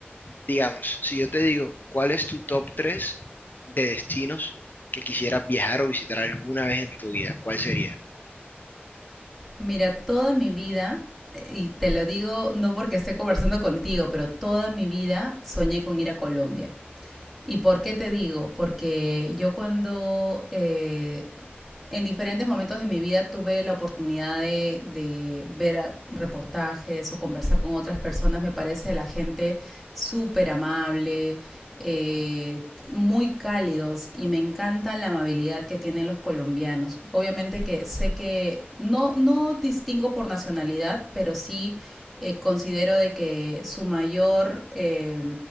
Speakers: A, on the left (about 50°); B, in the centre.
A: digamos, si yo te digo, ¿cuál es tu top 3 de destinos que quisieras viajar o visitar alguna vez en tu vida? ¿Cuál sería?
B: Mira, toda mi vida, eh, y te lo digo no porque esté conversando contigo, pero toda mi vida soñé con ir a Colombia. ¿Y por qué te digo? Porque yo cuando eh, en diferentes momentos de mi vida tuve la oportunidad de, de ver a- reportajes o conversar con otras personas. Me parece la gente súper amable, eh, muy cálidos y me encanta la amabilidad que tienen los colombianos. Obviamente que sé que no, no distingo por nacionalidad, pero sí eh, considero de que su mayor eh,